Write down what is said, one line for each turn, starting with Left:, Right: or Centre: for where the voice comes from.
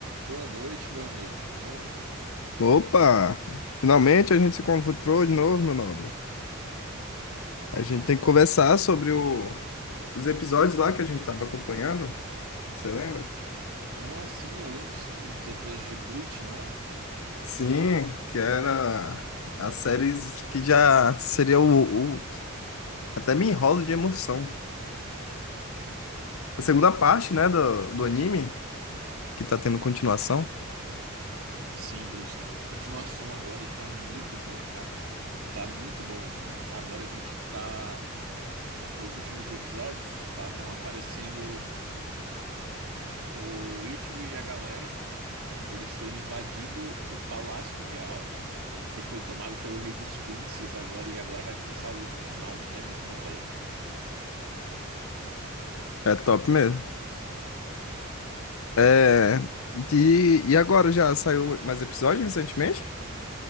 Right: Boa noite, meu amigo, tudo bom?
Left: Opa! Finalmente a gente se encontrou de novo, meu nobre. A gente tem que conversar sobre o- os episódios lá que a gente estava acompanhando. Você lembra?
Right: Ah, sim, eu lembro sim, os episódios de Bleach, não é?
Left: Sim, que era a série que já seria o, o- Até me enrolo de emoção. A segunda parte, né, do, do anime, que tá tendo continuação.
Right: Sim, Bleach tá tendo continuação agora e tá muito bom, cara. Tá muito bom. Agora a gente tá. Nos últimos episódios, estavam aparecendo o Ichigo e a galera. Eles estão invadindo o Palácio Real, né? Que foi tomado pelo Rei dos Quincies agora, e agora vai começar a luta final. É muito bom, velho.
Left: É top mesmo. É. De... E agora já saiu mais episódio recentemente?